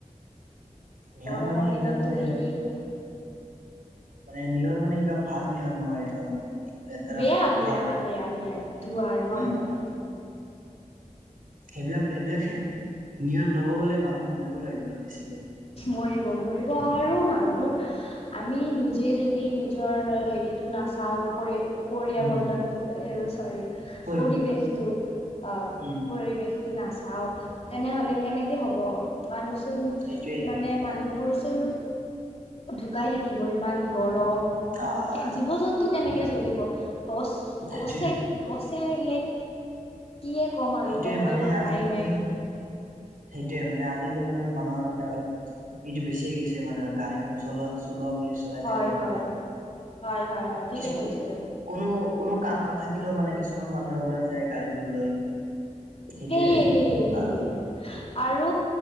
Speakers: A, on the right; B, on the left.
A: নিয়ৰ
B: গৰমৰ
A: মানে এইবিলাক
B: দিনতো
A: মানে
B: সেয়েই।
A: মানে নিয়ৰ মানে সেইবিলাক ভাল নিয়ৰ নহয় একদম লেতেৰা
B: বেয়া বেয়া
A: ধোৱাৰে
B: বেয়া
A: লাগি গৈছে
B: বেয়া ধোৱাৰ হয়
A: ওম
B: হয় হয়
A: সেইবিলাক এইবিলাক নিয়ৰ ল'ব গ'লে মানুহ মৰি মৰিব লাগিব আৰু বেছি কৰে।
B: মৰিব মৰিব আৰু মানুহ আমি নিজে যদি নিজৰ হেৰিটো নাচাওঁ পৰি পৰিয়াৱৰ্তনটো
A: উম
B: চৰি
A: কৰিব
B: পৰিৱেশটো আহ
A: উম
B: পৰিৱেশ নাচাওঁ তেনেহলে কেনেকে হ'ব মানুহচোন
A: সেইটোৱে
B: মানে মানুহবোৰ চোন ঢুকাই থাকিব ইমান গৰম।
A: অ হয়
B: জীৱ -জন টো কেনেকে জ্বলিব গছ
A: সেইটোয়ে
B: গছে গছে লাইক কিয়ে ক'ম আৰু
A: সেইটোয়ে
B: ক'বলৈ
A: মানে
B: ভাষাই
A: আজিকালি
B: নাই।
A: সেইটোয়ে মানে আজিকালি মানে মানুহৰ মানে অলপ ইটো বেছি হৈ গৈছে মানে গাড়ীখন চলোৱা চলোৱা বুলি চলাই
B: হয়
A: থাকি পুৰা
B: হয় হয় হয় হয় ঠিকে
A: কিছুমান
B: কৈছে
A: কোনো কোনো কাম নাথাকিলেও মানে কিছুমান। কিছুমান মানুহে ওলাই যায় গাড়ীবোৰ লৈ। সেইটোয়ে
B: সেইয়ে সেইয়ে সেইয়ে।
A: আৰু
B: আৰু